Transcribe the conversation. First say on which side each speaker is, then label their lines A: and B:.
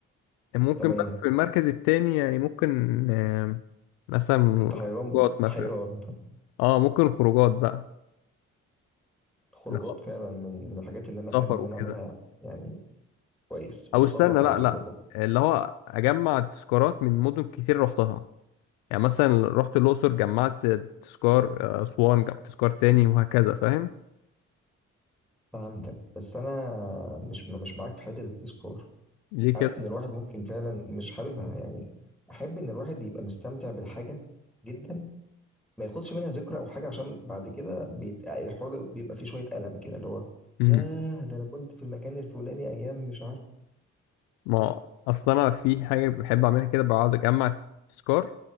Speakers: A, on the left (about 75°); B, in the centre.
A: ممكن
B: تمام
A: بقى في المركز الثاني يعني ممكن آه، مثلا
B: انت حيران
A: خروجات مثلا
B: حيران <laughs>
A: اه ممكن خروجات بقى
B: الخروجات
A: لا
B: فعلا من من الحاجات اللي انا بحب
A: سفر
B: ان
A: وكده
B: انا اعملها يعني كويس والسفر
A: او استنى لا
B: على فكره
A: لا
B: برضه
A: اللي هو اجمع تذكارات من مدن كتير رحتها يعني مثلا رحت الاقصر جمعت تذكار آه، اسوان جمعت تذكار تاني وهكذا فاهم
B: فهمتك بس انا مش مش معاك في حته التذكار
A: ليه
B: عارف ان الواحد ممكن فعلا مش حاببها يعني احب ان الواحد يبقى مستمتع بالحاجه جدا ما ياخدش منها ذكرى او حاجه عشان بعد كده بيت... الحوار ده بيبقى فيه شويه الم كده اللي هو
A: كده
B: ياه ده انا كنت في المكان الفلاني ايام مش عارف
A: ما
B: لا
A: اصل انا في حاجه بحب اعملها كده بقعد اجمع تذكار